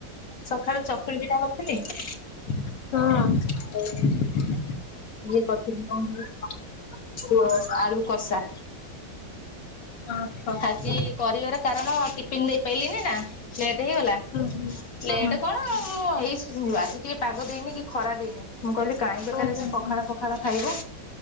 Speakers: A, on the left; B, on the left.
A: ସକାଳୁ ଚକୁଳି ପିଠା କରିଥିଲି।
B: ହଁ।
A: ଆଉ ଇଏ କରିଥିଲି କଣ୍ କହିଲୁ ଆଳୁ କଷା।
B: ଓହୋ।
A: ଆଜି କରିବାର କାରଣ ଟିଫିନ ଦେଇପାରଲିିନି ନା, ସେ ହେଇଗଲା,
B: ହୁଁ ହୁଁ।
A: ଲେଟ କଣ ମୁଁ ଏଇ ଆଜି ଟିକେ ପାଗ ଦେଇନି କି ଖରା ଦେଇନି। ମୁଁ କହିଲି କାହିଁ ବେକାର
B: ହୁଁ ହୁଁ
A: ସେ ପଖାଳ
B: ହୁଁ।
A: ଫଖାଳ ଖାଇବ।